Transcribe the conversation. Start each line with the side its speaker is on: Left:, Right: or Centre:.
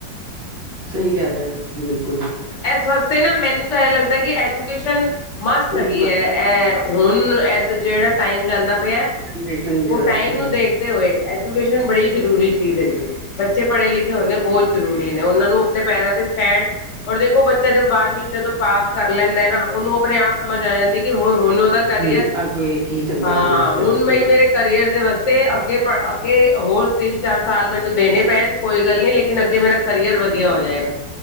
Right: ਸਹੀ ਕਹਿ ਰਿਹਾ ਤੁਸੀਂ ਬਿਲਕੁਲ ਹੀ
Left: ਇਸ ਵਾਸਤੇ ਨਾ ਮੈਨੂੰ ਤਾਂ ਇਹ ਲੱਗਦਾ ਕਿ ਐਜੂਕੇਸ਼ਨ। ਮਸਟ ਹੈਗੀ
Right: ਇਸ
Left: ਹੈ ਇਹ ਹੁਣ ਜਿਹੜਾ ਟਾਈਮ ਜਾਂਦਾ ਪਿਆ।
Right: ਪੈਨਸ਼ਨ ਦਿਵਸ
Left: ਉਹ ਟਾਈਮ
Right: ਤੇ।
Left: ਨੂੰ ਦੇਖਦੇ ਹੋਏ ਐਜੂਕੇਸ਼ਨ ਬੜੀ ਜ਼ਰੂਰੀ ਚੀਜ਼ ਹੈਗੀ ਹੈ ਬੱਚੇ ਪੜ੍ਹੇ ਲਿਖੇ ਹੁੰਦੇ ਬਹੁਤ। ਜ਼ਰੂਰੀ ਨੇ ਉਹਨਾਂ ਨੂੰ ਆਪਣੇ ਪੈਰਾਂ ਤੇ ਸਟੈਂਡ। ਔਰ ਦੇਖੋ ਬੱਚਾ ਜ ਬਾਰਵੀਂ ਜਦੋਂ ਪਾਸ ਕਰ ਲੈਂਦਾ ਨਾ ਉਹਨੂੰ ਆਪਣੇ ਆਪ ਸਮਝ ਆ ਜਾਂਦੀ ਕਿ ਹ ਹੁਣ ਉਹਦਾ। ਕਰੀਅਰ
Right: ਜ ਅੱਗੇ। ਕੀ ਚੰਗਾ
Left: ਹਾਂ
Right: ਉਹਦੇ ਵਾਸਤੇ
Left: ਹੁਣ
Right: ਤੇ ਕੀ
Left: ਮਈ ਮੇਰੇ ਕਰੀਅਰ ਦੇ ਵਾਸਤੇ। ਤੇ ਅੱਗੇ ਪ ਅੱਗੇ ਹੋਰ ਤਿੰਨ ਚਾਰ ਸਾਲ ਮੈਨੂੰ ਦੇਣੇ ਪੈਣ ਕੋਈ ਗੱਲ ਨੀ ਲੇਕਿਨ। ਲਗੇ ਅੱਗੇ ਮੇਰਾ ਕਰੀਅਰ ਵਧੀਆ ਹੋ ਜਾਏਗਾ।